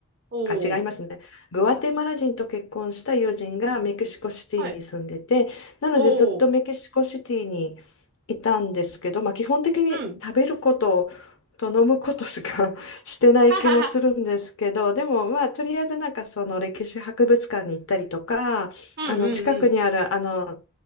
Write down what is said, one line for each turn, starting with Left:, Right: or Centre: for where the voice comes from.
Right: おー。
Left: あ、違いますね。グアテマラ人と結婚した友人がメキシコシティに住んでて、
Right: うんはい。
Left: なのでずっとメキシコシティにいたんですけど、
Right: おー。
Left: まあ、基本的に食べることと飲むことしか
Right: うん。
Left: <laughs> してない気もするんですけど、
Right: ははは。
Left: でもまあとりあえずなんかその歴史博物館に行ったりとか、
Right: うんうんうん。
Left: あの近くにあるあの